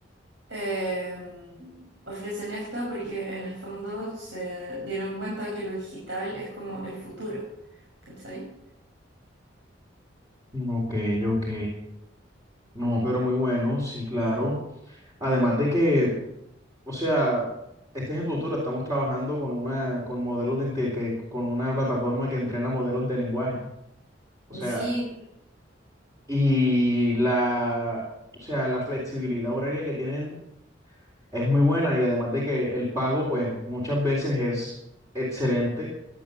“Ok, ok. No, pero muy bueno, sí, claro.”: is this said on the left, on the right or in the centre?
Right